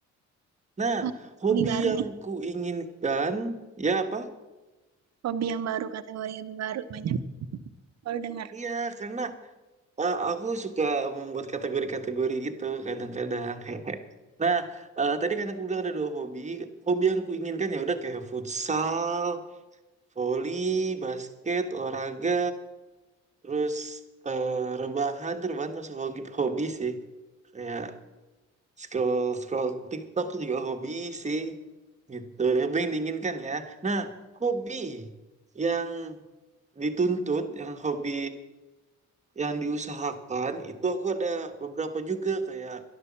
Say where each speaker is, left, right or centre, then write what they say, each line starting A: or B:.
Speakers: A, on the right (about 25°); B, on the right (about 60°).
A: Nah,
B: Wah,
A: hobi
B: hobi baru
A: yang
B: nih.
A: ku inginkan ya apa?
B: Hobi yang baru kategori hobi baru banyak baru dengar.
A: Iya karena uh, aku suka membuat kategori-kategori gitu kadang-kadang. <laughs> Hehe. Nah, eh, tadi kan aku bilang ada dua hobi. Hobi yang kuinginkan ya udah kayak futsal, Voli, basket, olahraga, terus eh, rebahan, tuh rebahan termasuk hobi, hobi sih. Kayak scroll scroll TikTok juga hobi sih. Gitu, hobi yang diinginkan ya. Nah, hobi yang dituntut, yang hobi yang diusahakan itu aku ada beberapa juga kayak